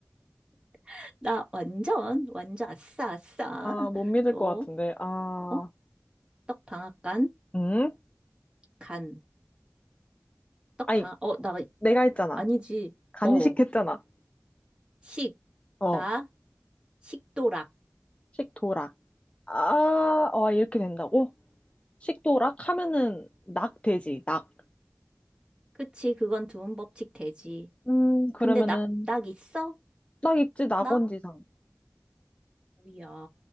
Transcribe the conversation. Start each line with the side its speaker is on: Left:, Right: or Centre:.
Right: <laughs> 나 완전 완전 아싸 아싸.
Left: 아, 못 믿을
Right: 또
Left: 것 같은데. 아,
Right: 어? 떡방앗간
Left: 음?
Right: 간. 떡방,
Left: 아니,
Right: 어, 나,
Left: 내가 했잖아.
Right: 아니지.
Left: 간식했잖아.
Right: 어, 식,
Left: 어,
Right: 나, 식도락.
Left: 식도락. 아, 와, 이렇게 된다고? 식도락 하면은 낙 되지, 낙.
Right: 그치, 그건 두음 법칙 되지.
Left: 음, 그러면은
Right: 근데 낙, 낙 있어?
Left: 낙 있지, 낙원지상.
Right: 낙? 야,